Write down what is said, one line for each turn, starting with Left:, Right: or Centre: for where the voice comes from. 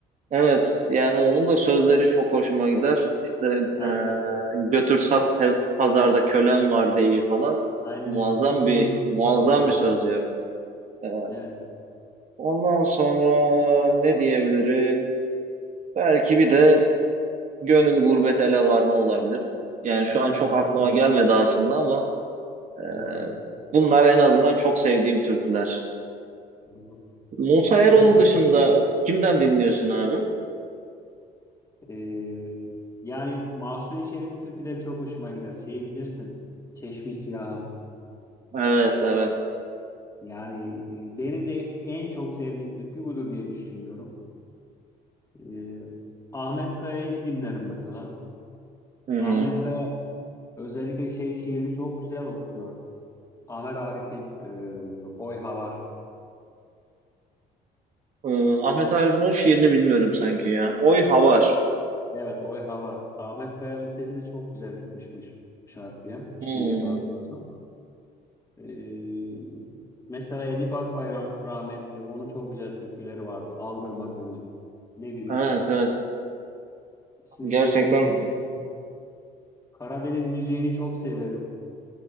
Right: Evet, yani onun da sözleri çok hoşuma gider. İşte
Left: Aynen.
Right: e, götür sat pe- pazarda kölem var diye falan.
Left: Aynen.
Right: Muazzam
Left: öyle. Çok
Right: bir
Left: güzel bir
Right: muazzam
Left: fikir yani.
Right: bir söz ya. E,
Left: Evet.
Right: ondan sonra ne diyebilirim? Belki bir de gönül gurbet ele varma olabilir. Yani şu
Left: Ha.
Right: an çok
Left: <laughs>
Right: aklıma gelmedi aslında ama e,
Left: Doğru.
Right: bunlar en azından çok sevdiğim türküler.
Left: Doğru.
Right: Musa Eroğlu
Left: Güzel bir
Right: dışında
Left: fikir.
Right: kimden dinliyorsun abi?
Left: Ee, yani Mahsuni Şerif'in türküleri çok hoşuma gider. Şeyi bilirsin. Çeşmi Siyahım.
Right: Evet evet.
Left: Yani e, benim de en çok sevdiğim türkü budur diye düşünüyorum. Ee, Ahmet Kaya'yı dinlerim mesela.
Right: Hı hı.
Left: Ahmet Kaya özellikle şey şiirini çok güzel okuyor. Ahmet Arif'in e, Oy Havar.
Right: Ee, Ahmet Arif'in o şiirini bilmiyorum sanki ya. Oy Havar.
Left: Evet, o Eha var. Ahmet Kaya'nın sesi de çok güzel gitmiş bu ş- şarkıya,
Right: Hmm.
Left: şiire daha doğrusu. Ee, mesela Edip Akbayram rahmetli, onun çok güzel türküleri vardı. Aldırma Gönül, ne bileyim,
Right: Evet evet.
Left: ismini
Right: Gerçekten
Left: söyleyemeyeceğim türkü. Karadeniz müziğini çok severim.